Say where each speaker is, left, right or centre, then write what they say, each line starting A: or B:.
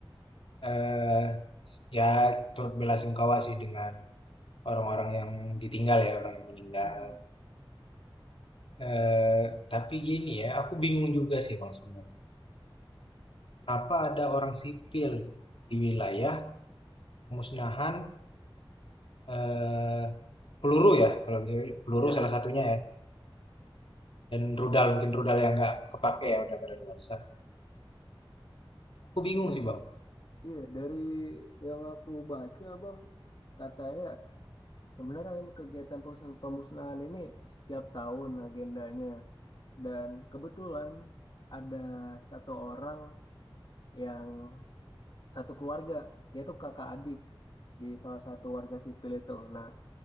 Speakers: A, on the left; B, on the left.
A: Eh, ya turut bela sungkawa sih dengan orang-orang yang ditinggal ya, orang yang meninggal.
B: Hmm.
A: Eh, tapi gini ya, aku bingung juga sih Bang sebenarnya. Kenapa ada orang sipil di wilayah pemusnahan eh, peluru ya, kalau bisa peluru
B: Iya,
A: salah satunya ya. Dan rudal, mungkin rudal yang nggak kepake ya, udah kadaluarsa. Aku bingung
B: dari
A: sih Bang.
B: iya, dari yang aku baca, Bang, katanya sebenarnya ini kegiatan pemus- pemusnahan ini setiap tahun agendanya dan kebetulan ada satu orang yang satu keluarga, dia tuh kakak adik di salah satu warga sipil itu. Nah,